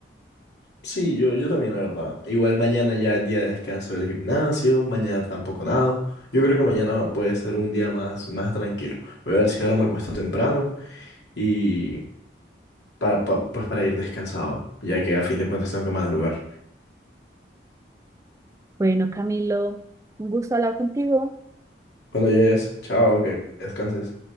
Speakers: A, on the left (about 80°); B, on the right (about 15°).
A: Sí, yo, yo también, la verdad. Igual mañana ya es día de descanso del gimnasio, mañana tampoco nado. Yo creo que mañana puede ser un día más, más tranquilo. Voy a ver si ahora me acuesto temprano y para, pa- pues para ir descansado, ya que a fin de cuentas tengo que madrugar.
B: Bueno, Camilo, un gusto hablar contigo.
A: Bueno, Jess, chao, que descanses.